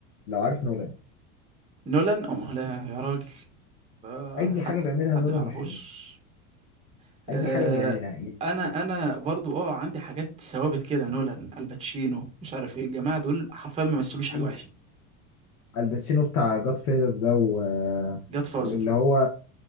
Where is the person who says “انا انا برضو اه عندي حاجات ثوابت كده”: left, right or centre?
Right